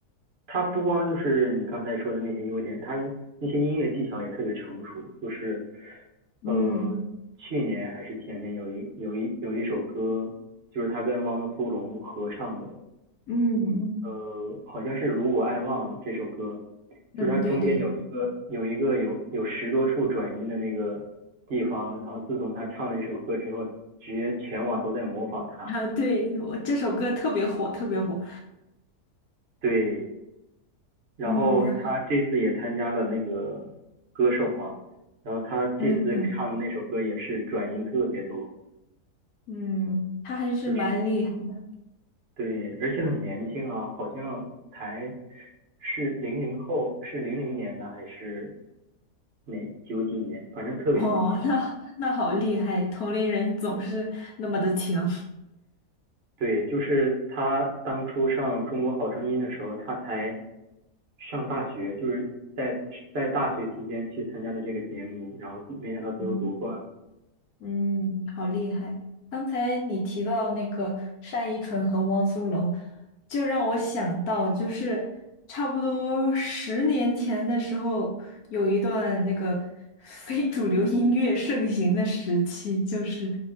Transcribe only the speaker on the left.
嗯
嗯嗯
嗯，
对对对，
啊，对，我这首歌特别火，特别火。
嗯，然后
嗯嗯嗯，他还是蛮厉害的。
哦，那那好厉害，同龄人总是那么的强。
<laughs> 嗯。嗯，好厉害！刚才你提到那个单依纯和汪苏泷，就让我想到，就是差不多十年前的时候，有一段那个非主流音乐盛行的时期，就是